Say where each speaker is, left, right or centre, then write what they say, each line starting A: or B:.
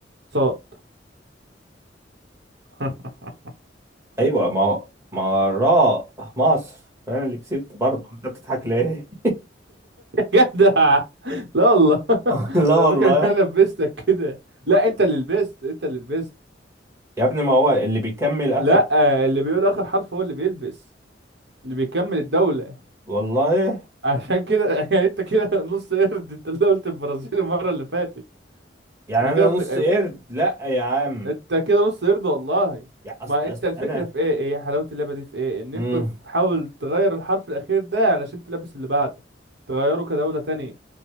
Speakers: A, on the right; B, on the right.
A: صاد <laughs>
B: ايوه ما ما راء مصر انا اللي كسبت برضه انت بتضحك ليه
A: جدع لا والله <laughs>
B: <laughs> لا والله
A: انا فاكر ان انا لبستك كده لا انت اللي لبست انت اللي لبست
B: يا ابني ما هو اللي بيكمل اخر
A: لا آه، اللي بيقول اخر حرف هو اللي بيلبس اللي بيكمل الدولة
B: والله
A: عشان كده <laughs> يعني انت كده نص قرد انت اللي قلت البرازيل المرة اللي فاتت
B: يعني
A: انا
B: انا
A: كده بت-
B: نص
A: بت-
B: قرد لا يا عم
A: انت كده نص قرد والله
B: يا أص...
A: ما
B: أص...
A: انت الفكرة
B: انا
A: في ايه ايه حلاوة اللعبة دي في ايه ان
B: مم.
A: انت تحاول تغير الحرف الاخير ده علشان تلبس اللي بعده تغيره كدولة تانية